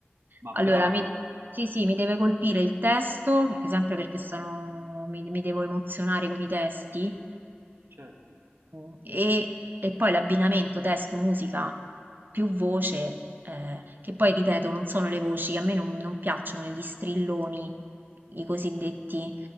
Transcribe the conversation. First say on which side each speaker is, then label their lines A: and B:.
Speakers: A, on the right; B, on the right.
A: Ma
B: Allora,
A: brava,
B: mi... sì, sì, mi deve colpire il testo, perché sempre perché sono... mi, mi devo emozionare con i testi,
A: certo.
B: Mm, E, e poi l'abbinamento testo, musica, più voce, eh, che poi ripeto, non sono le voci, a me non, non piacciono gli strilloni, i cosiddetti,